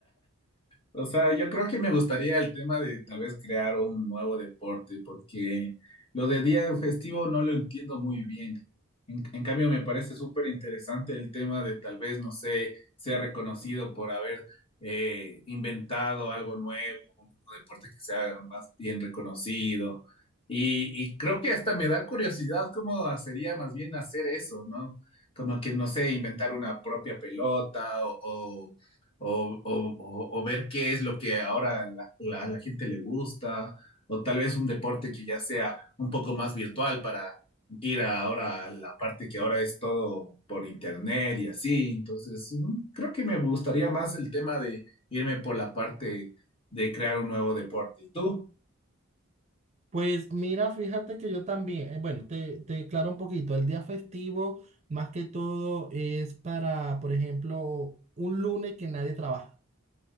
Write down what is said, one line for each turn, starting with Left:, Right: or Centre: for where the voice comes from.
Left: O sea, yo creo que me gustaría el tema de tal vez crear un nuevo deporte, porque lo de día festivo no lo entiendo muy bien. En, en cambio, me parece súper interesante el tema de tal vez, no sé, ser reconocido por haber eh, inventado algo nuevo, un deporte que sea más bien reconocido. Y, y creo que hasta me da curiosidad cómo sería más bien hacer eso, ¿no? Como que, no sé, inventar una propia pelota o o, o- o- o ver qué es lo que ahora a la, la- la gente le gusta, o tal vez un deporte que ya sea un poco más virtual para ir a- ahora a la parte que ahora es todo por internet y así. Entonces, mm, creo que me gustaría más el tema de irme por la parte de crear un nuevo deporte. ¿Y tú?
Right: Pues mira, fíjate que yo también, eh, bueno, te, te aclaro un poquito, el día festivo más que todo es para, por ejemplo, un lunes que nadie trabaja.